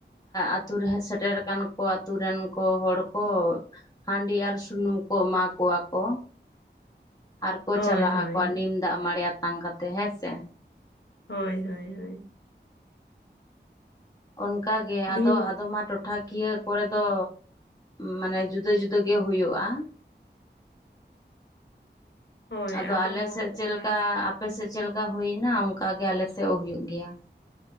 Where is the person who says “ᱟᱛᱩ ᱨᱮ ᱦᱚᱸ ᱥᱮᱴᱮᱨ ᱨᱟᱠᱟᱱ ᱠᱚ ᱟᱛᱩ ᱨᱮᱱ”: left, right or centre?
Left